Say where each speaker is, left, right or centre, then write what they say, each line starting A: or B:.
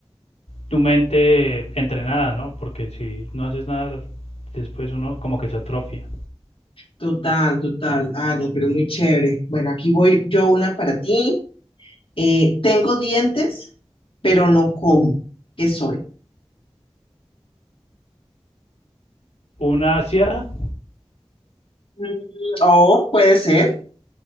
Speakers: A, on the left; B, on the left.
A: tu mente entrenada, ¿no? Porque si no haces nada, después uno como que se atrofia.
B: Total, total. Ah, no, pero muy chévere. Bueno, aquí voy yo una para ti. Eh, tengo dientes, pero no como. ¿Qué soy?
A: Una sierra,
B: Mm, O puede ser,